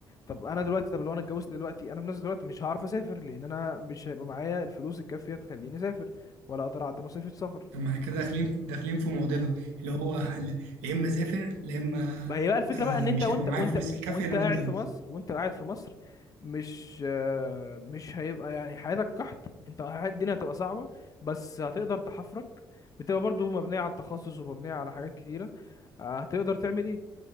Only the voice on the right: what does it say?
طب ما احنا كده داخلين داخلين في معضله اللي هو هل- يا اما اسافر يا اما
آه
مش
هيبقى معايا
الفلوس الكافيه
ان انا
اتجوز